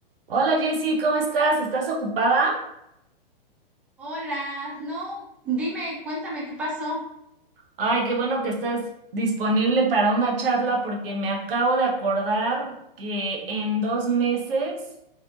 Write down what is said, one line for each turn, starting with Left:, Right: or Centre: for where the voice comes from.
Right: Hola Jessy, ¿cómo estás? ¿Estás ocupada?
Centre: Hola, no, dime, cuéntame qué pasó.
Right: Ay, qué bueno que estás disponible para una charla porque me acabo de acordar que en dos meses